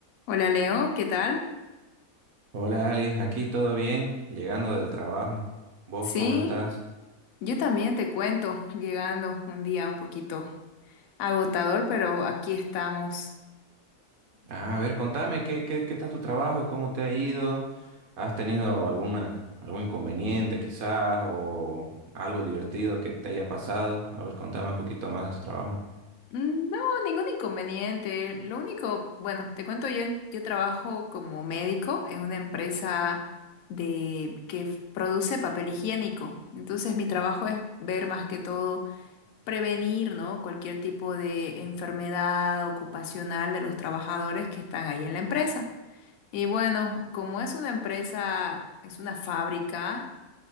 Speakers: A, on the left (about 75°); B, on the right (about 75°).
A: Hola Leo, ¿qué tal?
B: Hola Ali, aquí todo bien, llegando del trabajo. ¿Vos
A: Sí,
B: cómo estás?
A: yo también te cuento, <laughs> llegando un día un poquito agotador, pero aquí estamos.
B: Ah, a ver, contame, ¿qué, qué, qué tal tu trabajo? ¿Cómo te ha ido? ¿Has tenido alguna, algún inconveniente quizás o algo divertido que te haya pasado? A ver, contame un poquito más de tu trabajo.
A: Mm, No, ningún inconveniente. Lo único, bueno, te cuento, yo, en- yo trabajo como médico en una empresa de, que f- produce papel higiénico. Entonces mi trabajo es ver más que todo, prevenir, ¿no? Cualquier tipo de enfermedad ocupacional de los trabajadores que están ahí en la empresa. Y bueno, como es una empresa, es una fábrica,